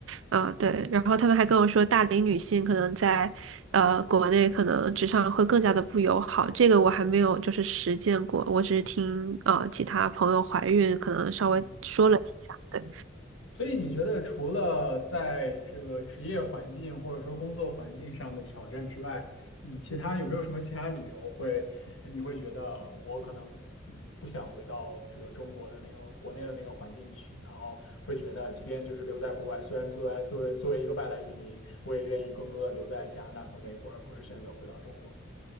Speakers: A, on the right; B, on the left.
A: 啊、对。然后他们还跟我说，大龄女性可能在呃国内可能职场会更加的不友好。这个我还没有就是实践过，我只是听啊、呃其他朋友怀孕可能稍微说了几下，
B: 嗯。
A: 对。
B: 所以你觉得除了在这个职业环境或者说工作环境上的挑战之外，嗯，其他有没有什么其他理由会呃你会觉得我可能嗯不想回到这个中国的那个国内的那个环境去，然后会觉得即便就是留在国外，虽然作为作为作为一个外来移民，我也愿意更多的留在加拿大和美国，而不是选择回到中国。